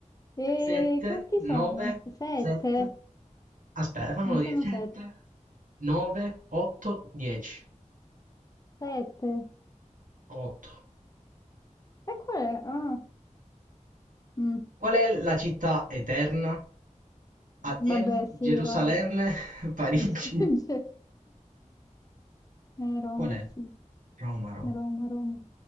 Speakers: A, on the left; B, on the right.
A: E
B: 7,
A: quanti sono?
B: 9,
A: Sette?
B: 7, aspe fammelo
A: Non sono
B: dire,
A: sette.
B: 7, 9, 8, 10,
A: Sette.
B: 8.
A: E qual è? Ah, mm,
B: Qual è la città eterna? Atene,
A: Vabbè, sì,
B: Gerusalemme,
A: Roma.
B: <laughs> Parigi.
A: <laughs> Cioè, eh, Roma,
B: Qual è?
A: sì.
B: Roma, Roma.
A: Roma, Roma.